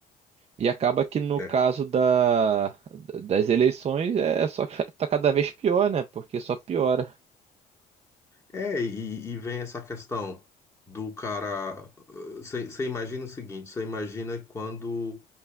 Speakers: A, on the right (about 40°); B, on the left (about 15°).
A: E acaba que no
B: É,
A: caso da, das eleições é só <laughs> tá cada vez pior, né? Porque só piora.
B: é e, e vem essa questão do cara. Você imagina o seguinte: você imagina quando